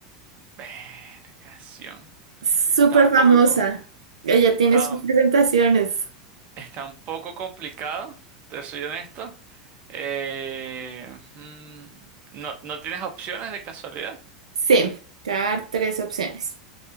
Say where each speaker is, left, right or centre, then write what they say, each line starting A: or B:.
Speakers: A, on the right; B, on the right.
A: Vergación.
B: Súper
A: Está un poco,
B: famosa.
A: co-
B: Ella tiene
A: está,
B: sus
A: un
B: presentaciones.
A: está un poco complicado, te soy honesto. Eh, mm, no, ¿no tienes opciones de casualidad?
B: Sí, te voy a dar tres opciones.